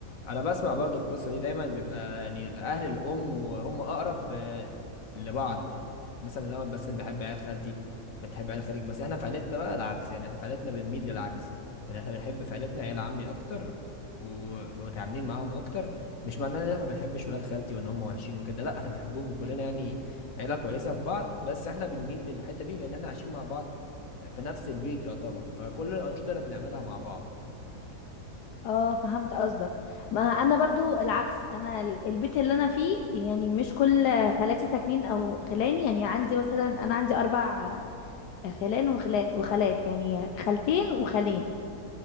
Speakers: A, on the left; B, on the left.
A: انا بسمع برضو القصة دي دايما بيبقى يعني الاهل الام وهم اقرب آه، لبعض مثلا انا مثلا بحب عيال خالتي بتحب عيال خالك بس احنا في عيلتنا بقى العكس يعني احنا في عيلتنا بنميل للعكس يعني احنا بنحب في عيلتنا عيال عمي اكتر ومتعاملين معاهم اكتر مش معناه ان احنا ما بنحبش ولاد خالتي وان هم وحشين وكده لا احنا بنحبهم وكلنا يعني عيلة كويسة في بعض بس احنا بنميل للحتة دي لان احنا عايشين مع بعض في نفس البيت يعتبر فكل الأنشطة اللي بنعملها مع بعض
B: اه فهمت قصدك ما انا برضو العكس انا ال- البيت اللي انا فيه يعني مش كل خالاتي ساكنين او خلاني يعني عندي مثلا انا عندي اربع آه، خلان وخلا- وخالات يعني خالتين وخالين